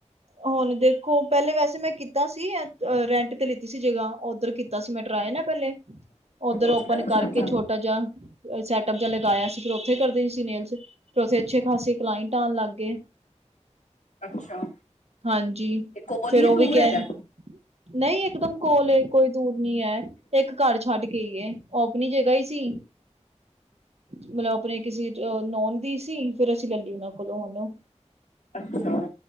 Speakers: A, on the right; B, on the left.
A: ਹੁਣ ਦੇਖੋ ਪਹਿਲੇ ਵੈਸੇ ਮੈਂ ਕੀਤਾ ਸੀ, ਐਂ ਰੈਂਟ ਤੇ ਲਿੱਤੀ ਸੀ ਜਗ੍ਹਾ ਔਧਰ ਤਾ ਸੀ ਮੈਂ ਟਰਾਏ ਨਾ ਪੈਲੇ ਓਧਰ ਔਪਨ
B: ਅੱਛਾ
A: ਕਰ
B: ਅੱਛਾ
A: ਕੇ ਛੋਟਾ ਜਾ ਅ ਸੈਟਅਪ ਜਾ ਲਗਾਇਆ ਸੀ ਫੇਰ ਓਥੇ ਕਰਦੇ ਸੀ ਨੇਲਸ, ਫੇਰ ਓਥੇ ਅੱਛੇ ਖਾਸੀ ਕਲਾਈਟ ਆਣ ਲੱਗ ਗੇ।
B: ਅੱਛਾ।
A: ਹਾਂਜੀ,
B: ਇਹ ਕੋਲ
A: ਫੇਰ
B: ਹੀ
A: ਓਹ ਵੀ
B: ਦੂਰ
A: ਕੈਣ
B: ਹੈਗਾ?
A: ਨਹੀਂ ਇਕਦਮ ਕੋਲ ਏ ਕੋਈ ਦੂਰ ਨੀ ਐ। ਤੇ ਇੱਕ ਘਰ ਛੱਡ ਕੇ ਈ ਏ ਓਹ ਅਪਣੀ ਜਗ੍ਹਾ ਹੀ ਸੀ। ਮਤਲਬ ਅਪਣੇ ਕਿਸੀ ਅ ਨੋਣ ਦੀ ਸੀ, ਫੇਰ ਅਸੀਂ ਲੈਲੀ ਓਨਾਂ ਕੋਲੋਂ ਹੁਣ ਓਹ।
B: ਅੱਛਾ।